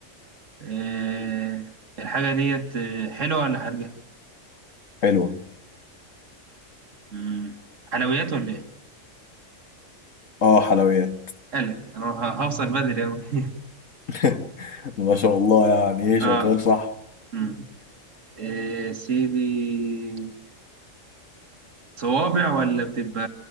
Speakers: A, on the right; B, on the left.
A: أه الحاجة ديت آه، حلوة ولا حادقة؟
B: حلوه
A: امم حلويات ولا إيه؟
B: اه حلويات
A: قلق أنا ه- هوصل بدري أوي <laughs>
B: <laughs> ما شاء الله يعني ايه شغال
A: أه
B: صح
A: مم. إيه سيدي صوابع ولا بتبقى